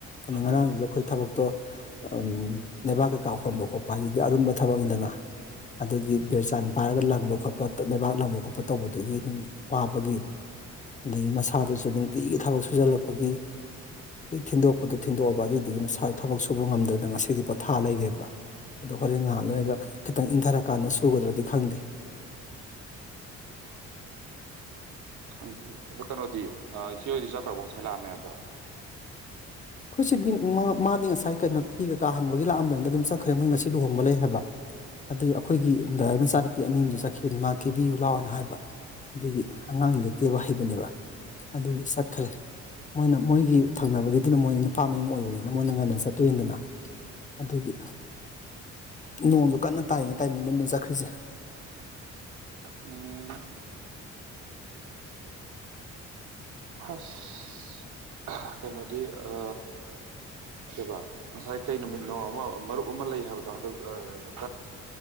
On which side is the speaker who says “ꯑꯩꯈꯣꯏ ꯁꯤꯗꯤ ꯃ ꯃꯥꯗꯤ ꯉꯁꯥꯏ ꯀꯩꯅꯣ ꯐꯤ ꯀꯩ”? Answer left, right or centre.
Left